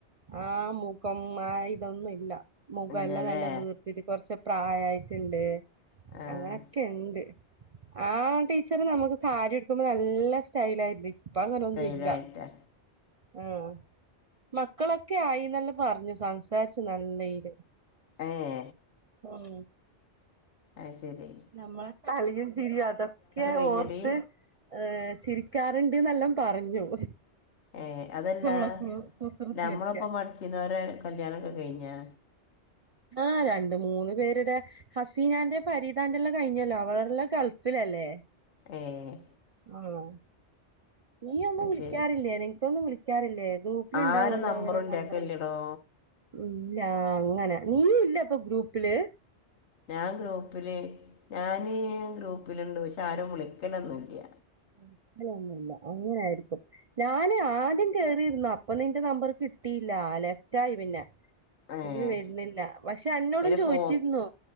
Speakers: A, on the right; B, on the left.
A: ആ മുഖം ആ ഇതൊന്നും ഇല്ല മുഖല്ലാം
B: ഇല്ലല്ലേ
A: നല്ല വീർത്തിട്ട് കൊറച്ച് പ്രായായിട്ടുണ്ട്
B: ആഹ്
A: അങ്ങനെ ട്ട്ണ്ട് ആ ടീച്ചറ് നമ്മക്ക് സാരിയുടുക്കുമ്പോ നല്ല സ്റ്റൈലായിരുന്നു ഇപ് ഇപ്പങ്ങനൊന്നും
B: സ്റ്റൈലായിട്ടാ
A: ഇല്ല ആഹ് മക്കളൊക്കെ ആയിന്നെല്ലാം പറഞ്ഞു സംസാരിച്ചു നല്ല ഈല്
B: ഏഹ്
A: ഉം
B: അയ്ശെരി
A: നമ്മളെ കളിയും ചിരിയും അതൊക്കെ
B: കഴിഞ്ഞെടീ
A: ഓർത്ത് ഏഹ് ചിരിക്കാറുണ്ട്ന്നെല്ലാം പറഞ്ഞു
B: ഏഹ് അതല്ലാ
A: നമ്മളെ കു കുസൃതിയൊക്കെ
B: ഞമ്മളൊപ്പം പടിച്ചിരിന്നോരെ കല്യാണൊക്കെ കെയ്ഞ്ഞാ
A: ആഹ് രണ്ട് മൂന്ന് പേരുടെ ഹസീനാന്റെ പരീതാന്റെല്ലാം കഴിഞ്ഞല്ലോ അവളെല്ലാം ഗൾഫിലല്ലേ
B: ഏഹ്
A: ആഹ് നീയൊന്നും
B: അത്
A: വിളിക്കാറില്ലേ
B: ശരി
A: നിനക്കൊന്നും വിളിക്കാറില്ലേ ഗ്രൂപ്പ് പ്പിലിണ്ടാവോല്ലോ
B: ആരെ നമ്പറും
A: അവരെ
B: ഇന്റെക്കില്ലെടോ
A: നമ്പറ് ഉം ഇല്ല അങ്ങനെ നീയു ഇല്ല ഇപ്പൊ ഗ്രൂപ്പില്
B: ഞാൻ ഗ്രൂപ്പില് ഞാന് ഗ്രൂപ്പിലുണ്ട് പക്ഷെ ആരും വിളിക്കലൊന്നുല്ല
A: <unintelligible> ക്കലൊന്നുല്ല അങ്ങനായിരിക്കും ഞാന് ആദ്യം കേറിരുന്നു അപ്പൊ നിന്റെ നമ്പർ കിട്ടിയില്ല ലഫ്റ്റായി പിന്നെ
B: ഏഹ്
A: <unintelligible> വരുന്നില്ല പക്ഷെ അന്നോടും
B: പിന്നെ
A: ചോദിച്ചിരുന്നു
B: ഫോ